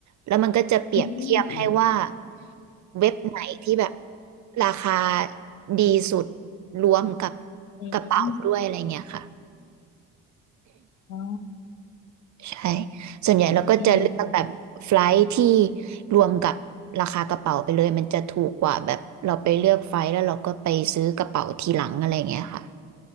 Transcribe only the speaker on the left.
อืม
อืม
อ๋อ
ดีนะคะ